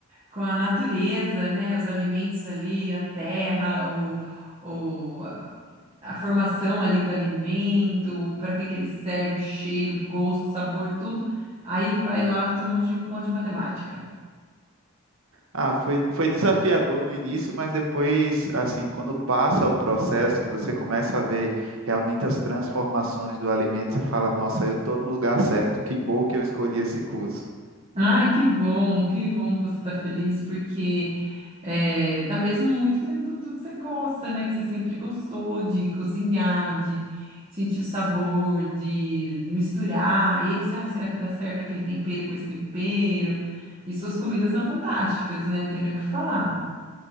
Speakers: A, on the right (about 25°); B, on the right (about 70°).
A: com a natureza, né? Os alimentos ali, a terra, o, o, a a formação ali do alimento, para que que ele serve, o cheiro, o gosto, o sabor, tudo. Aí vai lá fazer um monte de conta de matemática.
B: Ah, foi, foi desafiador no início, mas depois, assim, quando passa o processo, que você começa a ver realmente as transformações do alimento, você fala, nossa, eu estou no lugar certo, que bom que eu escolhi esse curso.
A: Ai, que bom, que bom que você tá feliz, porque eh, tá mesmo muito dentro do, do que você gosta, né? Que você sempre gostou de cozinhar, de sentir o sabor, de misturar. Esse, ah, será que dá certo aquele tempero com esse tempero? E suas comidas são fantásticas, né? Não tem nem o que falar.